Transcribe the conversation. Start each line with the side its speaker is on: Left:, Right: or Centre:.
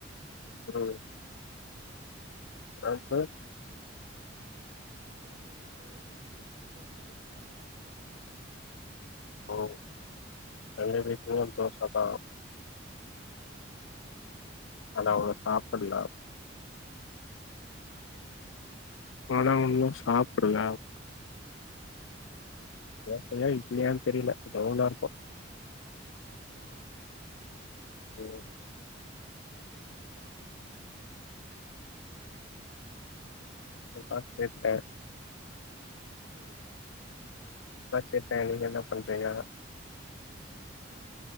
Left: ம் அடுத்து
Right: கொழம்பு வந்து நேத்து வச்ச கறி கொழம்புதா சாப்ட்ட
Left: ஓ எங்க வீட்லயு தோசதா
Right: ஓ ஒய்
Left: ஆனா அவங்க சாப்புல
Right: ஆ
Left: ஆனா உன்னு சாப்டுல
Right: ஆ ஆ
Left: தோசயா இட்லியானு தெரில எதோ ஒன்னா இருக்கு
Right: ஓ
Left: ம் போய் பாத்து பேசிட்ட
Right: புரில
Left: படுத்ருக்க நீங்க என்னா பண்றீங்க
Right: ஆ